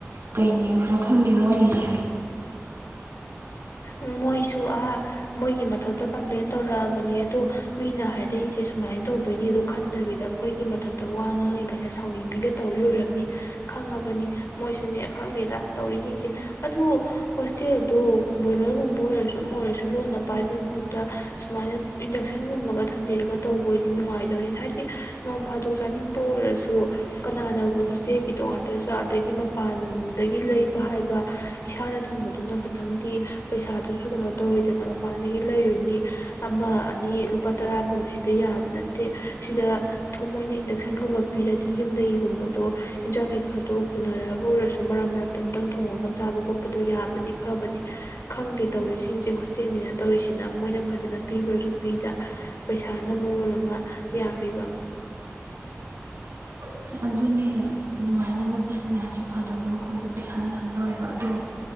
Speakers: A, on the right; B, on the left.
A: ꯀꯩꯅꯤꯣꯅꯣ ꯈꯪꯗꯦ ꯃꯣꯏꯒꯤꯁꯦ
B: ꯎꯝ ꯃꯣꯏꯁꯨ ꯑꯍꯥ ꯃꯣꯏꯒꯤ ꯃꯊꯛꯇ ꯀꯝꯄ꯭ꯂꯦꯟ ꯇꯧꯔꯛꯑꯕꯅꯤ ꯑꯗꯣ ꯃꯤꯅ ꯍꯥꯏꯔꯛꯏꯁꯦ ꯁꯨꯃꯥꯏꯅ ꯇꯧꯕꯩꯅꯤ ꯑꯗ ꯈꯟꯗꯕꯤꯗ ꯑꯩꯈꯣꯏꯒꯤ ꯃꯊꯛꯇ ꯋꯥꯅꯉꯥꯏ ꯀꯥꯏꯅ ꯁꯥꯎꯅꯤꯡꯕꯤꯒ ꯇꯧꯔꯤ ꯑꯣꯏꯔꯕꯅꯤ ꯈꯪꯉꯕꯅꯤ ꯃꯣꯏꯁꯨꯅꯦ ꯈꯪꯗꯦꯗ ꯇꯧꯔꯤꯁꯤꯡꯁꯦ ꯑꯗꯨ ꯍꯣꯁꯇꯦꯜꯗꯨ ꯕꯣꯏꯂꯔꯒꯨꯝꯕ ꯑꯣꯏꯔꯁꯨ ꯑꯃ ꯑꯣꯏꯔꯁꯨ ꯂꯣꯟꯅ ꯄꯥꯏꯕꯒꯤ ꯃꯍꯨꯠꯇ ꯁꯨꯃꯥꯏꯅ ꯏꯟꯗꯛꯁꯟꯒꯨꯝꯃꯒ ꯊꯝꯕꯤꯔꯒ ꯇꯧꯕ ꯑꯣꯏꯅꯤ ꯅꯨꯡꯉꯥꯏꯗꯕꯅꯤꯅ ꯍꯥꯏꯗꯤ ꯅꯣꯡ ꯐꯥꯗꯣꯛ ꯆꯥꯅꯤꯡꯕ ꯑꯣꯏꯔꯁꯨ ꯀꯅꯥꯅꯕꯨ ꯍꯣꯁꯇꯦꯜꯒꯤ ꯇꯣꯉꯥꯟꯇ ꯑꯗꯒꯤ ꯃꯄꯥꯟꯗꯒꯤ ꯂꯩꯕ ꯍꯥꯏꯕ ꯏꯁꯥꯅ ꯊꯣꯡꯕꯗꯣ ꯑꯗꯨꯅ ꯈꯤꯇꯪꯗꯤ ꯄꯩꯁꯥꯗꯨꯁꯨ ꯀꯩꯅꯣ ꯇꯧꯋꯤꯗꯅ ꯃꯄꯥꯟꯗꯒꯤ ꯂꯩꯔꯨꯅꯤ ꯑꯃ ꯑꯅꯤ ꯂꯨꯄꯥ ꯇꯔꯥ ꯀꯨꯟ ꯍꯥꯏꯦꯛꯇ ꯌꯥꯕ ꯅꯠꯇꯦ ꯁꯤꯗ ꯊꯣꯡ ꯃꯣꯏꯅ ꯏꯟꯗꯛꯁꯟꯒꯨꯝꯕ ꯄꯤꯔꯗꯤ ꯌꯨꯝꯗꯒꯤꯒꯨꯝꯕꯗꯣ ꯍꯟꯖꯥꯡ ꯀꯩꯀꯥꯗꯣ ꯄꯨꯅꯔꯒ ꯑꯣꯏꯔꯁꯨ ꯃꯔꯛ ꯃꯔꯛꯇ ꯑꯝꯨꯇꯪ ꯊꯣꯡꯉꯒ ꯆꯥꯕ ꯈꯣꯠꯄꯗꯣ ꯌꯥꯕꯗꯤ ꯐꯕꯅꯤ ꯈꯪꯗꯦ ꯇꯧꯔꯤꯁꯤꯡꯁꯦ ꯍꯣꯁꯇꯦꯜꯅꯤꯅ ꯇꯧꯔꯤꯁꯤꯅ ꯃꯣꯏꯅ ꯐꯖꯅ ꯄꯤꯕ꯭ꯔꯁꯨ ꯄꯤꯗ ꯄꯩꯁꯥꯅ ꯃꯔꯣꯜ ꯑꯃ ꯌꯥꯝꯃꯤꯕ
A: ꯑꯁ ꯑꯗꯨꯅꯦ ꯑꯗꯨꯃꯥꯏꯅꯒ ꯄꯨꯁꯤꯟꯅꯤ ꯍꯥꯏꯗꯤ ꯐꯗꯕꯨ ꯑꯩꯈꯣꯏꯗ ꯄꯩꯁꯥꯅ ꯌꯥꯝ ꯂꯧꯋꯦꯕ ꯑꯗꯣ